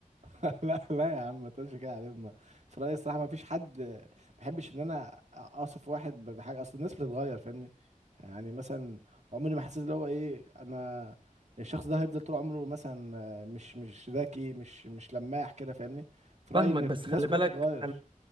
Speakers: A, on the right; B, on the right.
A: <laughs> لا لا يا عم ما تقولش كده على ما في رأيي الصراحة ما فيش حد ما بحبش ان انا اصف واحد ب- بحاجة اصل الناس بتتغير فاهمني يعني مثلا عمري ما حسيت اللي هو ايه انا الشخص ده هيفضل طول عمره مثلا آه، مش مش ذكي مش مش لماح كده فاهمني في رأيي
B: فاهمك
A: ان
B: بس
A: الناس
B: خلي
A: كلها
B: بالك
A: بتتغير